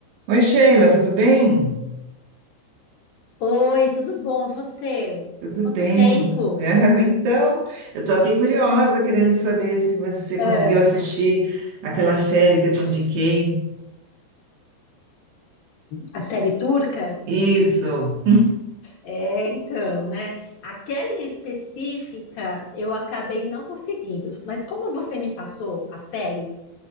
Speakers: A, on the right; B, on the left.
A: Oi, Sheila, tudo bem?
B: Oi, tudo bom? E Você?
A: Tudo
B: Quanto
A: bem.
B: tempo?
A: <laughs> Então, eu estou aqui curiosa, querendo saber se você conseguiu
B: É,
A: assistir aquela série que eu te indiquei.
B: a série turca?
A: Isso.
B: É, então, né? Aquela em específica eu acabei não conseguindo, mas como você me passou a série,